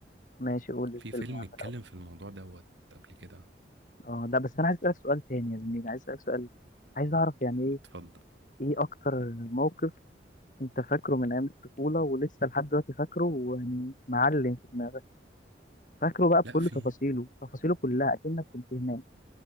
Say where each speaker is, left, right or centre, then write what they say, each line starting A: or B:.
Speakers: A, on the left; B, on the right.
A: ماشي قول لي
B: في
A: الفيلم
B: فيلم
A: يا عم
B: اتكلم
A: الاول
B: في الموضوع دوت قبل كده
A: اه لا بس انا عايز اسالك سؤال تاني يا زميلي عايز اسالك سؤال عايز اعرف يعني ايه
B: اتفضل
A: ايه اكتر موقف انت فاكره من ايام الطفوله ولسه لحد دلوقتي فاكره ويعني معلم في دماغك فاكره بقى بكل
B: لا في
A: تفاصيله تفاصيله كلها اكنك كنت هناك